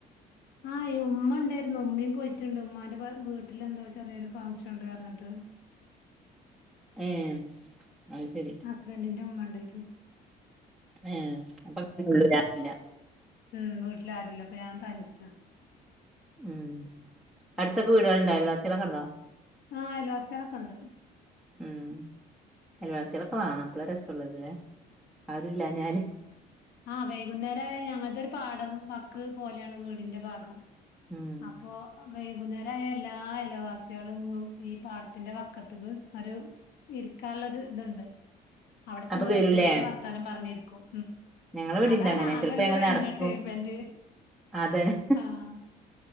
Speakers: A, on the left; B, in the centre.
A: ആ ഉമ്മണ്ട് ഉമ്മയും പോയിട്ടുണ്ട് ഉമ്മാന്റെ വീട്ടിൽന്തോ ചെറിയൊരു ഫംഗ്ഷൻ ഉണ്ട് പറഞ്ഞിട്ട് <inaudible>
B: ഏ അത് ശരി
A: ഹസ്ബന്റിന്റെ ഉമ്മ ഉണ്ടേർന്നു
B: ഏ അപ്പൊ <unintelligible>
A: ഉം വീട്ടില ആരുല്ല അപ്പൊ ഞാൻ തനിച്ച
B: ഉം അടുത്തൊക്കെ വീടുകള്ണ്ടാ അയൽവാസികളൊക്കെ ഉണ്ടോ
A: ആ അയൽവാസികളൊക്കെ ഇണ്ട്
B: ഉം അയൽവാസികളൊക്കെ വേണം അപ്പളെ രസം ഉള്ളൂലെ ആരുല്ലാഞ്ഞാല്
A: ആ വൈകുന്നേരം ആയാൽ ഞങ്ങളത് ഒരു പാടം വക്ക് പോലെയാണ് വീടിന്റെ ഭാഗം
B: ഉം
A: അപ്പൊ വൈകുന്നേരായ എല്ലാ അയൽവാസ്യോളും ഈ പാടത്തിന്റെ വക്കത്തക്ക് ഒരു ഇരി ഇരിക്കാനുള്ള ഒരു ഇതുണ്ട് അവിടെ ചെന്ന്
B: അപ്പൊ വരൂലേ
A: വെറുതെ വർത്താനം പറഞ്ഞിരിക്കും
B: ഞങ്ങളെ ഇവിടെണ്ട്
A: അതാണ്
B: അങ്ങനെ
A: ആകെള്ളൊരു
B: ചിലപ്പോ ഞങ്ങൾ നടക്കും
A: എന്റർടൈൻമെന്റ്
B: അതന്നെ
A: ആഹ്